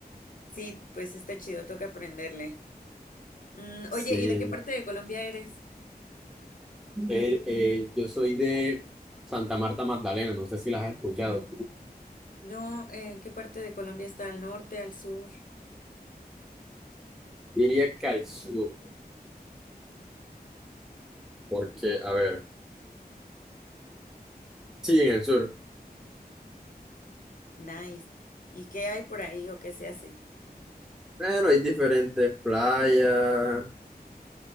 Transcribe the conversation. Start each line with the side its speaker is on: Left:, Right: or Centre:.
Left: sí, pues está chido, toca aprenderle. Mm,
Centre: Sí,
Left: oye, ¿y de qué parte de Colombia eres?
Centre: Eh, eh, yo soy de Santa Marta Magdalena, no sé si las has escuchado.
Left: No, ¿en qué parte de Colombia está? ¿Al norte, al sur?
Centre: iría que al sur, porque, a ver, sí, en el sur.
Left: Nice. ¿Y qué hay por ahí o qué se hace?
Centre: Bueno, hay diferentes playas,